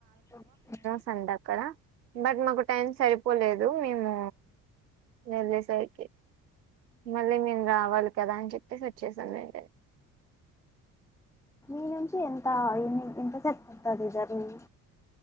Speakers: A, in the centre; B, on the right.
A: ఉంటది
B: ఫండ్ అక్కడ బట్ మాకు టైం సరిపోలేదు మేము వెళ్ళే సరికి మళ్ళీ మేము రావాలి కదా అని చెప్పేస్ వచ్చేసాం వెంటనే
A: ఇనుంచి ఎంత ఎన్ని ఎంత సేప్ పడతది జర్నీ